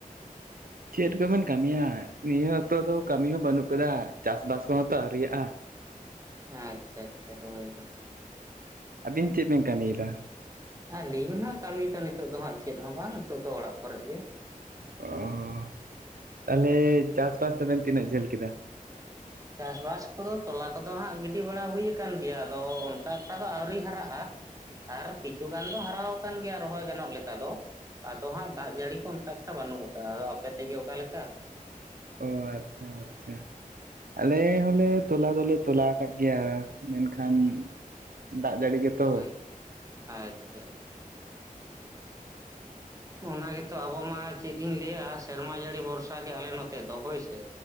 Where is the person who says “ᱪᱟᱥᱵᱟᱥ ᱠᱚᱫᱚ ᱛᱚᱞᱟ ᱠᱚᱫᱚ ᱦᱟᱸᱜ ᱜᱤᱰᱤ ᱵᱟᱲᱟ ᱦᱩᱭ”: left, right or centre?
Right